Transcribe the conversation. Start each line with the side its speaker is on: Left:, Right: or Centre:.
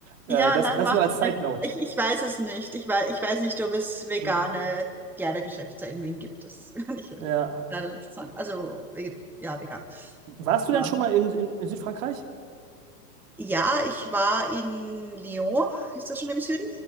Right: Äh,
Centre: ja,
Right: das,
Centre: nein,
Right: das
Centre: macht
Right: nur als Side
Centre: nichts.
Right: Note.
Centre: Ich, ich weiß es nicht. Ich weiß, ich weiß nicht, ob es vegane
Right: Hm,
Centre: Kleidergeschäfte in Wien gibt. Das <laughs> kann ich
Right: Ja.
Centre: leider nicht sagen. Also, vege- ja, vegan.
Right: Warst du denn
Centre: Ähm,
Right: schon mal in, in, in Südfrankreich?
Centre: Ja, ich war in Lyon. Ist das schon im Süden?